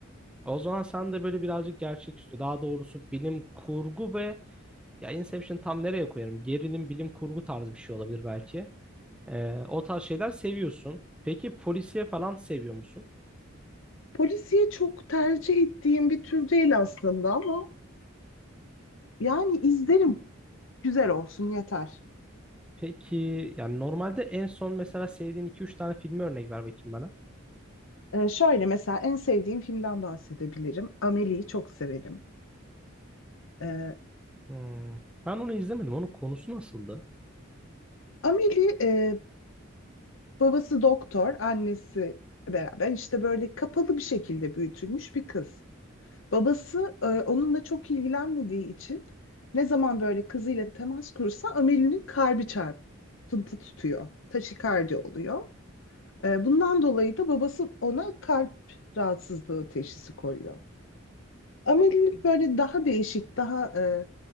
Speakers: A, in the centre; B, on the left.
A: O zaman sen de böyle birazcık gerçeküstü, daha doğrusu bilim kurgu ve ya Inception tam nereye koyarım? Gerilim, bilim kurgu tarzı bir şey olabilir belki. Ee, o tarz şeyler seviyorsun. Peki polisiye falan seviyor musun?
B: Polisiye çok tercih ettiğim bir tür değil aslında ama yani izlerim. Güzel olsun yeter.
A: Peki yani normalde en son mesela sevdiğin iki üç tane filmi örnek ver bakayım bana.
B: Ee, şöyle mesela en sevdiğim filmden bahsedebilirim. Amelie'yi çok severim. Ee,
A: Hmm, Ben onu izlemedim. Onun konusu nasıldı?
B: Amelie e, babası doktor, annesi beraber işte böyle kapalı bir şekilde büyütülmüş bir kız. Babası e, onunla çok ilgilenmediği için ne zaman böyle kızıyla temas kursa Amelie'nin kalbi çarpıntı tutuyor. Taşikardi oluyor. E, bundan dolayı da babası ona kalp rahatsızlığı teşhisi koyuyor. Amelie'nin böyle daha değişik, daha e,